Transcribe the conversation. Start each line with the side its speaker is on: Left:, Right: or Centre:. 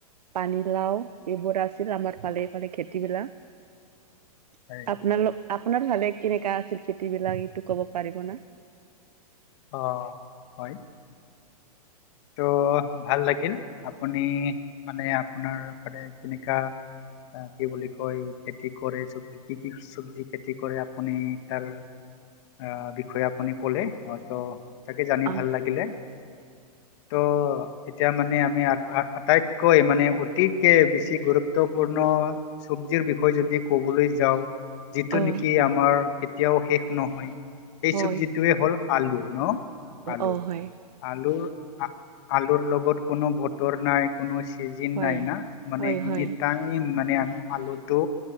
Right: পানীলাও এইবোৰ আছিল আমাৰ ফালে - ফালে খেতিবিলাক
Left: হয়
Right: আপোনালোক - আপোনাৰ ভালে কেনেকা আছিল খেতি বিলাক এইটো ক'ব পাৰিব নে
Left: অ হয়‌ ত' ভাল লাগিল আপুনি মানে আপোনাৰ সদায় কেনেকুৱা অহ কি বুলি কয় খেতি কৰে চব্জি কি কি চব্জি যি খেতি কৰে আপুনি তাৰ আহ বিষয়ে আপুনি কলে আক তাকে জানি
Right: অ
Left: ভাল লাগিলে ত' এতিয়া মানে আমি আ আ আটাইতকৈ মানে অতিকে বেছি গুৰুত্বপূৰ্ণ -পূৰ্ণ চব্জিৰ বিষয়ে যদি ক'বলৈ যাওঁ যিটো
Right: অ
Left: নিকি আমাৰ কেতিয়াও শেষ নহয় সেই
Right: হয়
Left: চব্জিটোৱে হ'ল আলু ন আলু
Right: অ হয়
Left: আ আলু আলুৰ লগত কোনো বতৰ নাই কোনো ছিজিন
Right: হয়
Left: নাই ন মানে
Right: হয়
Left: এনি
Right: হয়
Left: টাইম মানে আলুটো